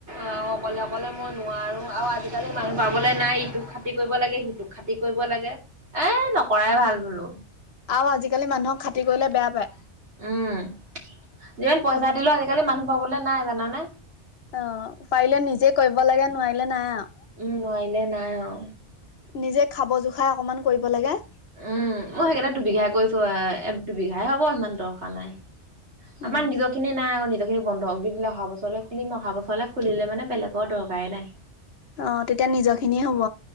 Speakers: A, on the right; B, on the left.
A: অও অকলে অকলে। মই নোৱাৰো আৰু আজিকালি মানুহ পাবলৈ নাই ইটোক খাতি কৰিব লাগে সিটোক খাতি কৰিব লাগে। এ নকৰাই ভাল বোলো।
B: আও আজিকালি মানুহক খাতি কৰিলে বেয়া পায়।
A: উম যিমান পইচা দিলে আজিকালি মানুহ পাবলৈ নাই জানানে।
B: অঁ পাৰিলে নিজে কৰিব লাগে নোৱাৰিলে নাই আৰু।
A: উম নোৱাৰিলে নাই আও।
B: নিজে খাব জোখাই অকমান কৰিব লাগে।
A: উম মই সেকাণে দুবিঘাই কৈছো আ দুবিঘাই হ'ব ইমান দকা নাই।
B: উম
A: আমাৰ নিজখিনি নাই আকৌ নিজ খিনি বন্ধক দি দিলে অহা বছলে খুলিম অহা বছৰলে খুলিলে মেনে বেলেগৰ দ-। কায়ে নাই
B: অ তেতিয়া নিজৰ খিনিয়ে হ'ব